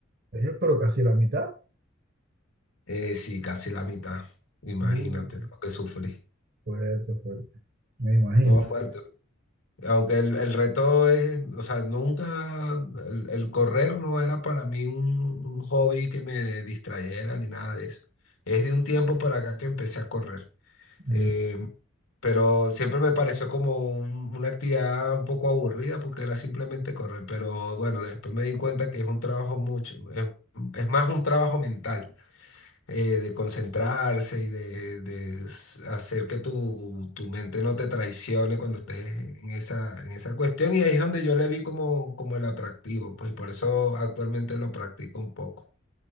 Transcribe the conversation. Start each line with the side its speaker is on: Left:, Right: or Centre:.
Right: eh, pero casi la mitad.
Left: Eh, sí, casi la mitad. Imagínate
Right: Uh,
Left: lo que sufrí.
Right: fuerte, fuerte. Me imagino
Left: No, fuerte.
Right: yo.
Left: Aunque el, el reto es, o sea, nunca, el, el correr no era para mí un, un hobby que me distrayera ni nada de eso. Es de un tiempo para acá que empecé a correr.
Right: Mm,
Left: Eh, pero siempre me pareció como un- una actividad un poco aburrida porque era simplemente correr. Pero bueno, después me di cuenta que es un trabajo mucho, es es más un trabajo mental eh, de concentrarse y de, de s- hacer que tu, tu mente no te traicione cuando estés en esa, en esa cuestión. Y ahí es donde yo le vi como, como el atractivo, pues y por eso actualmente lo practico un poco.